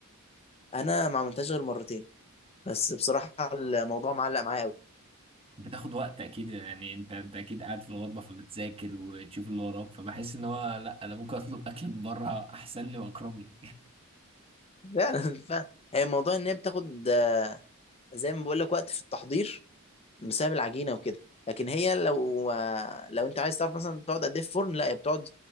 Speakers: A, on the left; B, on the right.
A: <laughs> انا ما عملتهاش غير مرتين بس بصراحة الموضوع معلق معايا قوي
B: بتاخد وقت اكيد يعني انت انت اكيد قاعد في الغربه فبتذاكر وتشوف اللي وراك فبحس ان هو لا انا ممكن اطلب اكل من بره احسن لي واكرم لي
A: <laughs> فعلا فعلا هي موضوع ان هي بتاخد آه، زي ما بقول لك وقت في التحضير بسبب العجينة وكده لكن هي لو آه، لو انت عايز تعرف مثلا بتقعد قد ايه في فرن لا هي بتقعد